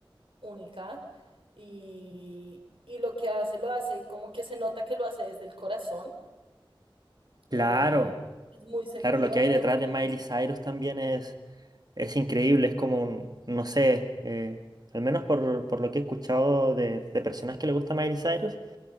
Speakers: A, on the right (about 75°); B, on the right (about 50°).
A: única y, y lo que hace lo hace como que se nota que lo hace desde el corazón.
B: claro.
A: eh, es muy sentido,
B: Claro, lo que hay
A: entonces
B: detrás de Miley Cyrus también es Es increíble, es como, un- no sé, eh, al menos por, por lo que he escuchado de, de personas que le gusta Miley Cyrus,